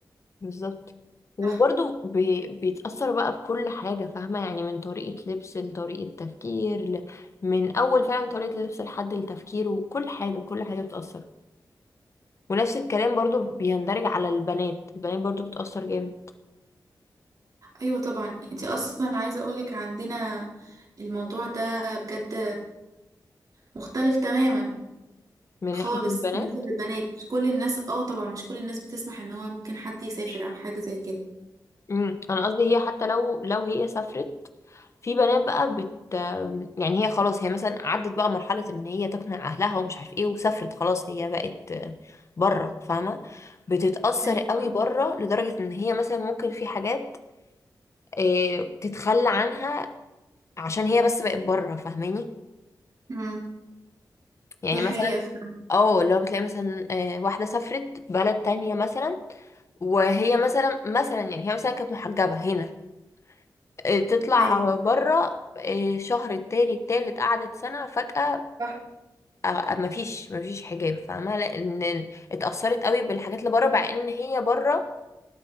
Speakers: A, on the left (about 40°); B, on the right (about 55°).
A: بالظبط وبرضه
B: صح
A: بي... بيتأثر بقى بكل حاجة فاهمة يعني من طريقة لبس لطريقة تفكير ل... من أول فعلا طريقة اللبس لحد التفكير وكل حاجة كل حاجة بتأثر ونفس الكلام برضه بيندرج على البنات البنات برضه بتأثر جامد
B: ايوه طبعا انت اصلا عايزه اقولك عندنا الموضوع ده بجد مختلف تماما
A: من
B: خالص
A: ناحية البنات
B: بالنسبه للبنات مش كل الناس اه طبعا مش كل الناس بتسمح ان هو ممكن حد يسافر او حاجه زي كده
A: امم انا قصدي هي حتى لو لو هي سافرت في بنات بقى بت يعني هي خلاص هي مثلا عدت بقى مرحلة ان هي تقنع اهلها ومش عارف ايه وسافرت خلاص هي بقت بره فاهمة بتتأثر
B: ايوه
A: قوي
B: آه.
A: بره لدرجة ان هي مثلا ممكن في حاجات إيه، تتخلى عنها عشان هي بس بقت بره فاهماني
B: أمم.
A: يعني
B: دي حقيقه
A: مثلا
B: فعلا
A: اه اللي هو بتلاقي مثلا آه، واحدة سافرت بلد تانية مثلا وهي مثلا مثلا يعني هي مثلا كانت محجبة هنا آه، تطلع
B: أيوة.
A: بره آه، شهر التاني التالت قعدت سنة فجأة
B: صح
A: آه، آه، مفيش مفيش حجاب فاهمة لأن اتأثرت قوي بالحاجات اللي بره مع إن هي بره